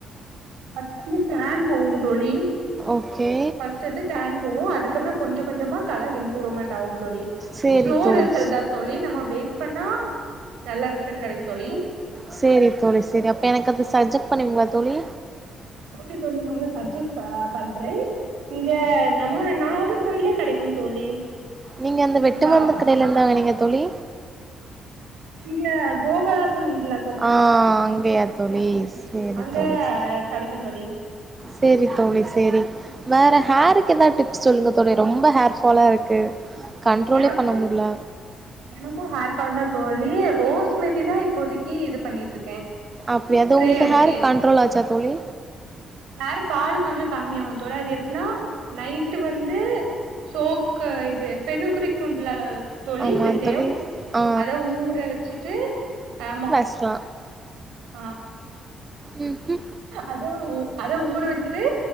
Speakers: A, on the right; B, on the right.
A: ஃபஸ்ட் வந்து டேன் போகும் தோழி்
B: ஓகே
A: ஃப்ஸ் ஸ்ட் வந்து டேன் போகு அதுக்கப்புறோ கொஞ்சோ கொஞ்சமா கலர் இம்ப்ரூமெண்ட் ஆகு தோழி
B: சேரி
A: ஸ்லோ
B: தோழி
A: ரிசல்ட்தா தோழி நம்ம வெயிட் பண்ணா நல்ல ரிசல்ட் கெடைக்கு தோழி
B: சேரி தோழி சேரி அப்ப எனக்கு அது சஜெக்ட் பண்ணுவீங்ளா தோழி
A: ஓகே தோழி நா உங்ளுக் சஜெக்ட் ஆ பண்றே இங்க நம்ம நாகர்கோயிலே கெடைக்கு தோழி
B: நீங்க அந்த வெட்டுமர்ந்து
A: இங்க
B: கடைல இர்தா வாங்னீங்க தோழி
A: இங்க கோபுராசினுன்ட்ல
B: ஆ அங்கயா தோழி சேரி
A: அங்க
B: தோழி சே
A: கெடைக்கு தோழி
B: சேரி தோழி சேரி வேற ஹேரு க்கு எதா டிப்ஸ் சொல்லுங்க தோழி ரொம்ப ஹேர்ஃபாலா இருக்கு கண்ட்ரோலே
A: எனக்கு
B: பண்ண முட்ல
A: எனக்கு ஹேர் ஃபால்தா தோழி ரோஸ்மேரிதா இப்போதைக்கு இது பண்ணிட்ருக்கே
B: அப்டியா அது
A: ஸ்ப்ரே
B: உங்ளுக்கு
A: அடிக்க
B: ஹேரு கண்ட்ரோல் ஆச்சா தோழி
A: ஹேருஃபாலு கொஞ்சோ கம்மியாகு தோழி அது எப்புனா நைட்டு வந்து சோக்கு இது ஃபெனுகிரீக் உண்ட்ல தோழி
B: ஆமா
A: வெந்தயம்
B: தோழி ஆ
A: அத ஊற வச்சுட்டு ஆமா
B: ஸ்ட்ரா
A: ஆ
B: ம் ம்
A: அத ஊ அத ஊற வச்சுட்டு